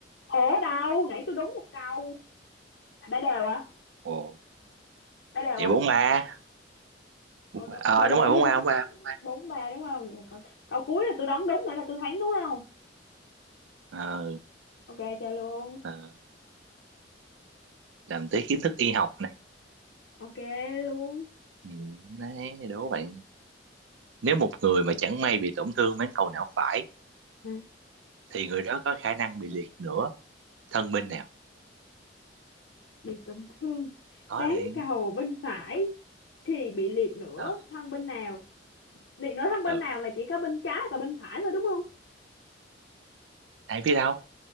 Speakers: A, on the left; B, on the right.
A: Ủa đâu? Nãy tôi đúng một câu. À, Ba đều à?
B: Ồ,
A: Ba đều
B: vậy
A: à?
B: bóng ma bóng
A: Ủa, đúng.
B: ma ờ
A: Ba đều
B: đúng
A: hay
B: rồi bóng ma bóng ma bóng ma
A: bốn ba đúng không? Vậy Còn câu cuối là tôi đoán đúng nữa là tôi thắng đúng không?
B: ờ
A: Ok chơi luôn.
B: ờ, làm tới kiến thức y học này
A: Ok luôn.
B: ừ, đấy đố bạn nếu một người mà chẳng may bị tổn thương bán cầu não phải
A: Hả?
B: thì người đó có khả năng bị liệt nửa thân bên nào
A: Bị tổn thương.
B: có
A: Bán
B: liền
A: cầu bên phải thì bị liệt nửa
B: ờ
A: thân bên nào? Liệt nửa thân bên
B: ừ
A: nào là chỉ có bên trái và bên phải thôi đúng không?
B: ai biết đâu